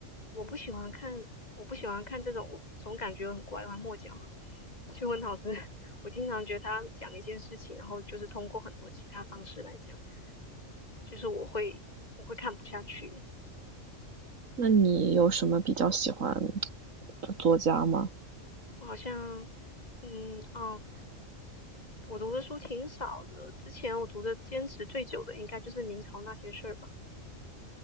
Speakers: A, on the left (about 35°); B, on the right (about 80°).
A: 我不喜欢看，我不喜欢看这种，我总感觉很拐弯抹角。<laughs> 去问老师，我经常觉得他讲一件事情，然后就是通过很多其他方式来讲，就是我会我会看不下去。
B: 那你有什么比较喜欢的作家吗？
A: 我好像，嗯，哦，我读的书挺少的，之前我读的坚持最久的应该就是明朝那些事儿吧。